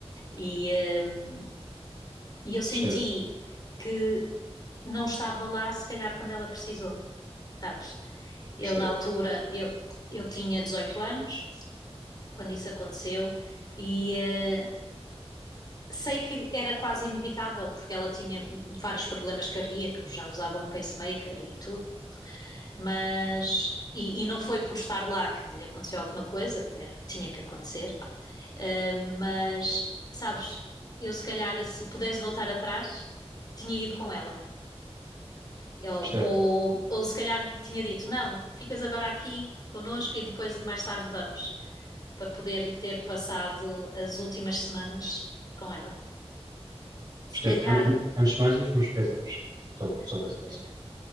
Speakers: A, on the left; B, on the right.
A: E, hum, e eu senti
B: Percebo,
A: que não estava lá, se calhar, quando ela precisou, sabes?
B: percebo,
A: Eu, na altura, eu, eu tinha 18 anos quando isso aconteceu e eh, sei que era quase inevitável, porque ela tinha vários problemas cardíacos, já usava um pacemaker e tudo, mas. E, e não foi por estar lá que lhe aconteceu alguma coisa, era, tinha que acontecer, Uh, mas, sabes, eu se calhar, se pudesse voltar atrás, tinha ido com ela. Eu-
B: percebo,
A: ou, ou se calhar tinha dito, não, ficas agora aqui connosco e depois mais tarde vamos, para poder ter passado as últimas semanas com ela. Se
B: percebo.
A: calhar,
B: An- an- Antes de mais, os meus pésames sobre, sobre
A: oh,
B: a situação.
A: obrigada.